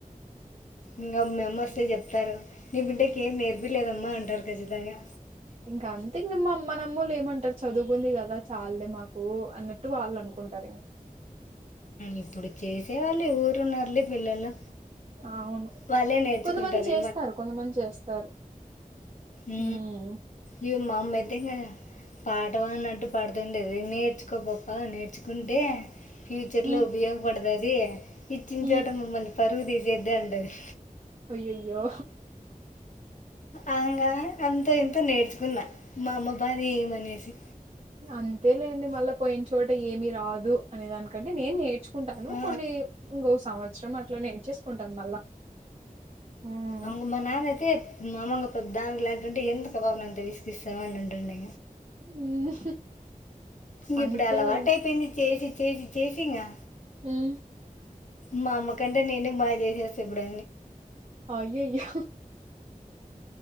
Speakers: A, on the left (about 55°); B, on the right (about 45°).
A: ఇంకా మీ అమ్మ వస్తే చెప్తారు నీ బిడ్డకి ఏం నేర్పిలేదమ్మా అంటారు ఖచ్చితంగా
B: ఇంకా అంతే ఇంక మా అమ్మనమ్మలు ఏమంటారు చదువుకుంది కదా చాల్లే మాకు అన్నట్టు వాళ్ళు అనుకుంటారు ఇంక
A: ఇప్పుడు చేసేయాలు ఊరున్నారులే పిల్లలు
B: ఆవును
A: వాళ్ళే నేర్చుకుంటారు.
B: కొంతమంది చేస్తారు కొంతమంది చేస్తారు
A: ఉ
B: ఉమ్
A: ఇక మ అమ్మయితే ఇంక పాటం అన్నట్టు పాడుతుండేది నేర్చుకో పప్ప నేర్చుకుంటే ఫ్యూచర్లో
B: ఉమ్
A: ఉపయోగపడతది ఇచ్చిన
B: ఉమ్
A: చోట మమ్మల్ని పరుగు తీసేద్దే అంటుంది
B: అయ్యోయో
A: అందుకని అంత ఇంతో నేర్చుకున్నా మా అమ్మ బాద ఏమనేసి
B: అంతేలేండి మళ్ళా పోయిన్ చోట ఏమిీ రాదు అనే దానికంటే నేన్ నేర్చుకు కుంటాను
A: ఆ!
B: కొన్ని ఇంకో సంవత్సరం అట్ల నేర్చేసుకుంటాను మళ్ళా ఉమ్
A: అంగమ్మ నాన్నయితే మామంగ ప ద్దాంగలాంటుంటె ఎందుక్ ఆ పాపని విసుక్ ఉంటంటే
B: ఉమ్
A: గిప్పుడు
B: అంతేలేండి
A: అలా వాటయిపోయింది చేసి చేసి చేసింగా
B: ఉమ్
A: మా అమ్మకంటే నేనే బాగా చేసేస్తా ఇప్పుడు
B: అయ్యయ్యో